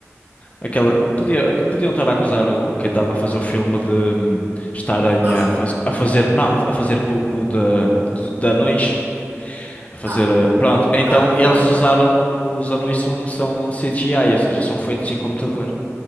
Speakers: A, on the left; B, on the right.
A: eh, aquela, podia, que podiam estar a acusar o, quem estava a fazer o filme de hum, estarem
B: plágio?
A: a, faz- a fazer, não, a fazer pouco de, de, de anões. a fazer.
B: Ah,
A: eh, Pronto, então
B: ah, por
A: eles
B: favor.
A: usaram. Os anões são, são CGI, ou seja, são feitos em computador.